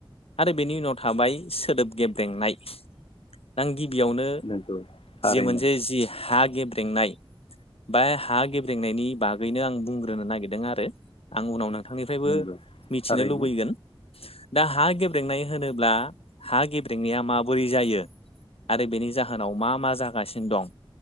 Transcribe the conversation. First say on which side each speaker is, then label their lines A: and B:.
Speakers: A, on the left; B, on the left.
A: आरो बेनि उनाव थाबाय सोदोब गेब्रेंनाय। आं गिबियावनो
B: नंगौ थारैनो
A: जि मोनसे जि हा गेब्रेंनाय बाय हा गेब्रेंनायनि बागैनो आं बुंग्रोनो नागिरदों आरो आं उनाव नों थांनिफ्रायबो
B: नंगौ
A: मिथिनो
B: थारैनो
A: लुबैगोन। दा हा गेब्रेंनाय होनोब्ला हा गेब्रेंनाया माबोरै जायो आरो बेनि जाहोनाव मा मा जागासिनो दं